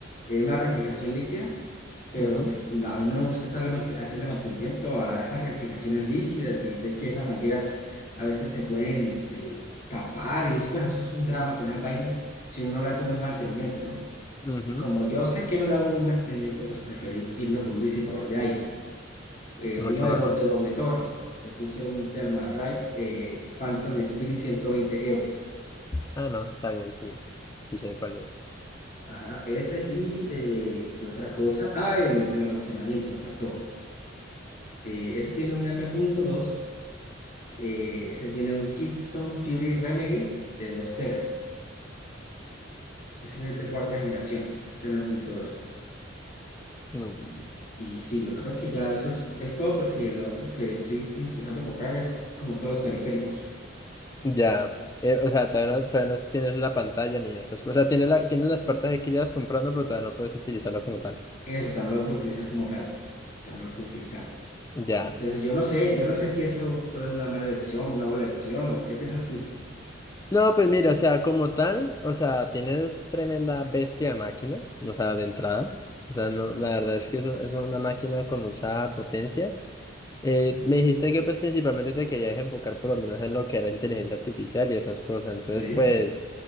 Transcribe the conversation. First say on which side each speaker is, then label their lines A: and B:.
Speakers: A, on the left (about 40°); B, on the left (about 20°).
A: Eh, una refrigeración líquida, pero
B: Ujú,
A: pues no, a mí no me gusta estarle mante- hacerle mantenimiento a esas refrigeraciones líquidas y sé que esas mangueras a veces se pueden eh, tapar y es- bueno, eso es un drama con esas vainas si uno no le hace buen mantenimiento, ¿no?
B: ujú.
A: Y como yo sé que no le hago buen mantenimiento, pues preferí irme por un disipador de aire, eh,
B: Mucho
A: uno de,
B: mejor.
A: do- de doble torre. Le puse un Thermalright eh, Phantom Spirit 120
B: Ah, no, está bien, sí. Sí sé cuál es.
A: Ajá, ese y eh, ¿qué otra cosa? Ah, el, el almacenamiento faltó. Eh, ese tiene un m M.2, eh, ese tiene un Keystone Fury Renegade de 2 teras. Ese es de cuarta generación, ese m punto dos
B: Mm.
A: Y, y sí, yo creo que ya eso es, es todo porque lo otro que estoy empezando a comprar es como todos los periféricos.
B: Ya, eh, o sea, todavía no, todavía no tienes la pantalla ni esas. O sea, tienes la, tienes las partes ahí que llevas comprando, pero todavía no puedes utilizarlo como tal.
A: Eso tan no lo puedo utilizar como tal, tan no lo puedo utilizar.
B: Ya.
A: Entonces yo no sé, yo no sé si eso fue una mala elección, una buena elección o qué piensas tú.
B: No, pues mira, o sea, como tal, o sea, tienes tremenda bestia de máquina, o sea, de entrada. O sea, no, la verdad es que es, un- es una máquina con mucha potencia. Eh, me dijiste que pues principalmente te querías enfocar por lo menos en lo que era inteligencia artificial y esas cosas.
A: Sí.
B: Entonces, pues,